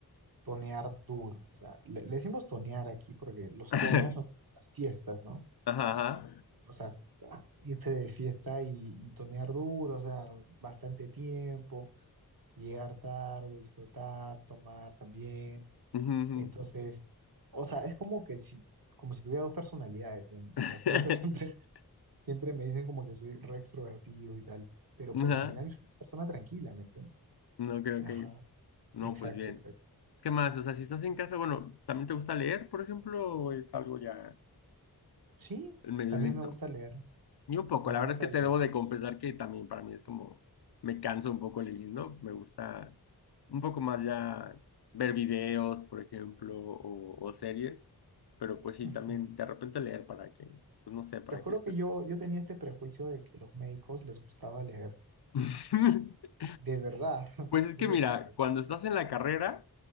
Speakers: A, on the right; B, on the left.
A: Tonear duro. O sea, le, le decimos tonear aquí porque los
B: <laughs>
A: tonos son las fiestas, ¿no?
B: Ajá, ajá.
A: O sea, irse de fiesta y, y tonear duro, o sea, bastante tiempo, llegar tarde, disfrutar, tomar también.
B: Ujú, ujú.
A: Entonces, o sea, es como que si, como si tuviera dos personalidades. En,
B: <laughs>
A: en las fiestas <laughs> siempre, siempre me dicen como que soy re extrovertido y tal, pero
B: Ajá.
A: por lo general soy una persona tranquila, ¿me entiendes?
B: No, creo
A: Ajá,
B: que. No,
A: exacto,
B: pues bien.
A: exacto.
B: ¿Qué más? O sea, si estás en casa, bueno, ¿también te gusta leer, por ejemplo, o es algo ya
A: Sí,
B: medio
A: también
B: lento?
A: me gusta leer,
B: Ni un poco.
A: me
B: La
A: gusta
B: verdad es que
A: leer.
B: te debo de confesar que también para mí es como, me canso un poco leyendo. Me gusta un poco más ya ver videos, por ejemplo, o, o series. Pero pues sí,
A: Ujú.
B: también de repente leer para que, pues no sé, para
A: Te juro
B: que estés.
A: que yo, yo tenía este prejuicio de que los médicos les gustaba leer.
B: <laughs>
A: De verdad, <laughs>
B: Pues es
A: no
B: que
A: sé
B: mira,
A: por qué.
B: cuando estás en la carrera.